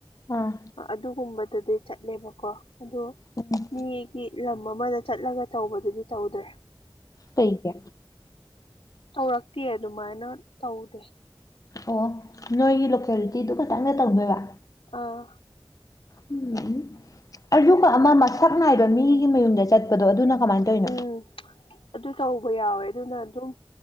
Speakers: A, on the left; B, on the left.
A: ꯑꯥ
B: ꯑꯗꯨꯒꯨꯝꯕꯗꯨꯗꯤ ꯆꯠꯂꯦꯕꯀꯣ ꯑꯗ
A: ꯎꯝ
B: ꯃꯤꯒꯤ ꯂꯝ ꯑꯃꯗ ꯆꯠꯂꯒ ꯇꯧꯕꯗꯨꯗꯤ ꯇꯧꯗ꯭ꯔꯦ
A: ꯀꯩ ꯀ
B: ꯇꯧꯔꯛꯇꯦ ꯑꯗꯨꯃꯥꯏꯅ ꯇꯧꯗꯦ
A: ꯑꯣ ꯅꯣꯏꯒꯤ ꯂꯣꯀꯦꯂꯤꯇꯤꯗꯨ ꯈꯇꯪꯗ ꯇꯧꯗꯣꯏꯕ
B: ꯑꯥ
A: ꯎꯝ ꯎꯝ ꯑꯗꯨꯒ ꯑꯃ ꯃꯁꯛ ꯅꯥꯏꯕ ꯃꯤꯒꯤ ꯃꯌꯨꯝꯗ ꯆꯠꯄꯗꯣ ꯑꯗꯨꯅ ꯀꯃꯥꯏꯅ ꯇꯧꯔꯤꯅꯣ
B: ꯎꯝ ꯑꯗꯨ ꯇꯧꯕ ꯌꯥꯎꯋꯦ ꯑꯗꯨꯅ ꯑꯗꯨꯝ